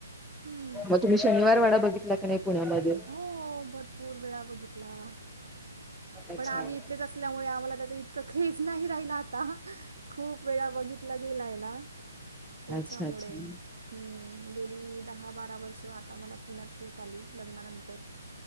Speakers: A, on the right; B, in the centre.
A: हम्म
B: मग तुम्ही शनिवारवाडा बघितला का नाही पुण्यामध्ये
A: हो भरपूर वेळा बघितला
B: अच्छा
A: पण आम्ही इथलेच असल्यामुळे आम्हाला त्याच इतकं ख्रेज नाही राहिला आता खूप वेळा बघितला गेलाय ना त्याच्यामुळे
B: अच्छा अच्छा
A: हम्म गेली दहा बारा वर्ष आता मला पुण्यात होत आली लग्नानंतर